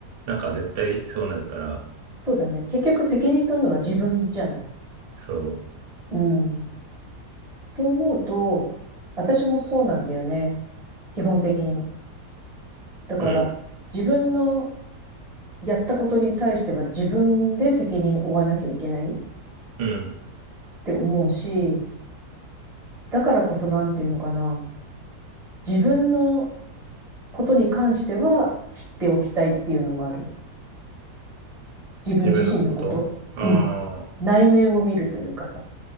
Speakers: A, on the right (about 85°); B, in the centre.
A: なんか絶対そうなるから、
B: そうだね。結局責任取るのは自分じゃない。
A: そ
B: うん。そう思うと、私もそうなんだよね。基本的に。だから、
A: う。うん。
B: 自分のやったことに対しては自分で責任を負わなきゃいけないっ
A: うん。
B: て思うし、だからこそなんていうのかな。自分のことに関しては知っておきたいっていうのもある。自分自身のこと。
A: 自分のことあ
B: うん。
A: あー。
B: 内面を見るというかさ。